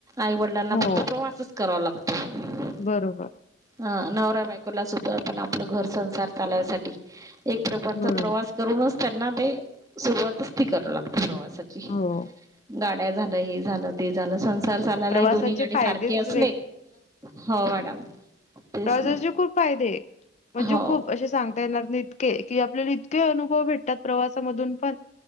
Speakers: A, on the right; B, on the left.
A: आईवडिलांना
B: हो
A: पण तो प्रवासच करावा लागतो.
B: बरोबर.
A: ह नवरा बायकोला सुद्धा पण आपलं घर संसार चालायसाठी. एक प्रकारचा
B: बरोबर
A: प्रवास करूनच त्यांना ते सुरुवातच ती कराव लागती प्रवासाची.
B: हो.
A: गाड्या झालं हे झालं ते झालं सन्स संसाराला
B: प्रवासाचे
A: ही दोन्ही गाडे
B: फायदेच
A: सारखे असले हो मॅडम. तेच
B: तेजे
A: ना
B: खूप फायदे म्हणजे
A: हो
B: खूप अशे सांग ता येणार नाय इतके कि आपल्याला इतके अनुभव भेटतात प्रवासामधून पण